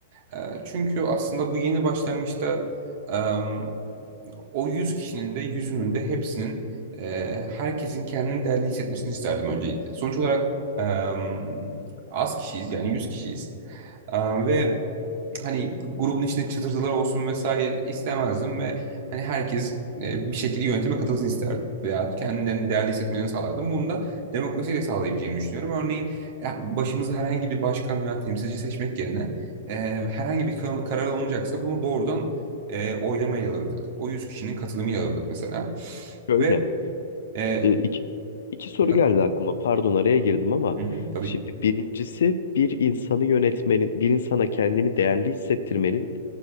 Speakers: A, on the right (about 50°); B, on the left (about 65°).
A: Eee, çünkü aslında bu yeni başlangıçta em, o 100 kişinin de yüzünün de hepsinin eee, herkesin kendini değerli hissetmesini isterdim öncelikle. Sonuç olarak em, az kişiyiz yani 100 kişiyiz. Em, ve hani grubun içinde çatırtılar olsun vesaire istemezdim ve hani herkes e, bir şekilde yönetime katılsın isterdim veya kendilerini değerli hissetmelerini sağlardım. Bunu da demokrasiyle sağlayabileceğimi düşünüyorum. Örneğin e, başımıza herhangi bir başkan veya temsilci seçmek yerine e, herhangi bir kar- karar alınacaksa bunu doğrudan e, oylamayla alırdık. O 100 kişinin katılımıyla alırdık mesela.
B: Şöyle,
A: Ve e,
B: e, iki, iki soru
A: efendim,
B: geldi aklıma. Pardon araya girdim ama
A: hı hı, tabii.
B: şimdi birincisi bir insanı yönetmenin, bir insana kendini değerli hissettirmenin